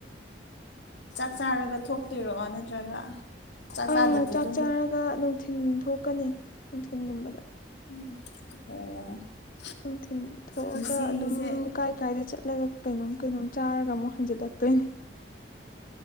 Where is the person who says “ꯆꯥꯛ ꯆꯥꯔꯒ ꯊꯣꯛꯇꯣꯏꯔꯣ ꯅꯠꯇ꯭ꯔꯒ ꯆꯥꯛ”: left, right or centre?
Left